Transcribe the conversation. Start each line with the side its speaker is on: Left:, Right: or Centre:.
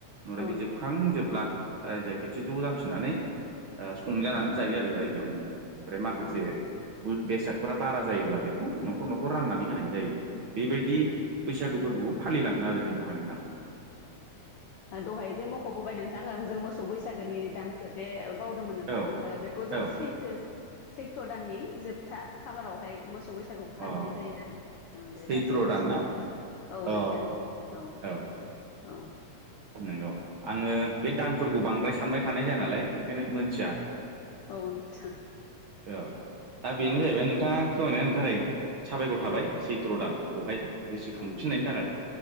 Right: ओमफ्राय
Left: औ
Right: बे
Left: नोंथां
Right: जोबखांजोबला
Left: औ
Right: ओ जाय। खेबसे ज' जाफिननानै ओ संजानानै जायो आरो रायजोआवनो। ओमफ्राय माखासे
Left: औ नोंथां
Right: बु बेसाद। फोरा बारा जायोब्ला बेखौ न'खर-न'खर राननानै होनाय जायो बेबायदि बैसागु फोरबोखौ फालिलाङो। ना आरो जोंनावहाय नोंथां।
Left: दहाय जे मख'बोबाय नोंथांं जों मोसौ बैसागोनि दानखौ जे। बावदोंमोन नोंथां
Right: औ
Left: ओ बेखौ जों
Right: औ
Left: सैथो। सैथ्र' दाननि जोबथा खालारावहाय मोसौ बैसा। औ फालिनाय
Right: अ
Left: जायो आरो उम बे
Right: सैथ्र'
Left: दासो गोसोआव
Right: दान ना
Left: फैदों नोंथां औ
Right: अ
Left: नोंथां औ-औ।
Right: औ
Left: औ।
Right: नंगौ आङो बे दानफोरखौ बांद्राय सानबाय थानाय जाया नालाय ओंखायनो मोनथिया।
Left: औ नोंथां
Right: औ दा बेनो
Left: औ
Right: जाहैबाय नोंथां। फोरमायना होनायनि थाखाय साबायखर थाबाय सैथ्र' दानखौहाय। गोसोखांफिननायनि
Left: औ नोंथां
Right: थाखाय।